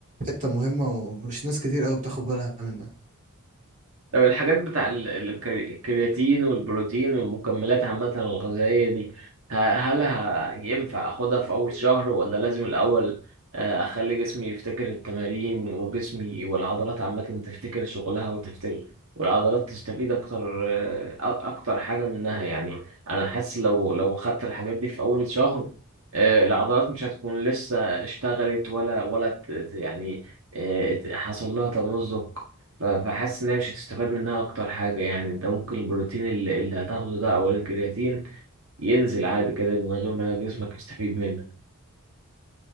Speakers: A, on the right; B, on the right.
A: حتة مهمة ومش ناس كتير قوي بتاخد بالها منها
B: طب الحاجات بتاع ال- الكري- الكرياتين والبروتين والمكملات عامة الغذائية دي ه- هل ه- ينفع أخدها في أول شهر ولا لازم الأول آه، أخلي جسمي يفتكر التمارين وجسمي والعضلات عامة تفتكر شغلها وتفتكر والعضلات تستفيد أكتر آه، أ- أكتر حاجة منها يعني أنا حاسس لو لو خدت الحاجات دي في أول شهر آه، العضلات مش هتكون لسه اشتغلت ولا ولا ت- ت- يعني آه، حصل لها تمزق ف- فحاسس ان هي مش هتستفاد منها اكتر حاجه يعني انت ممكن البروتين اللي, اللي هتاخده ده او الكرياتين ينزل عادي كده من غير ما جسمك يستفيد منه